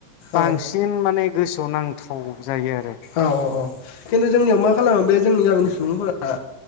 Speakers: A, on the left; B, on the left.
A: बांसिन
B: औ
A: माने गोसोआव नांथाव जायो आरो
B: औ औ औ खिन्थु जोंनियाव मा खालामो बे जोंनि गामिनि सुबुंफोरा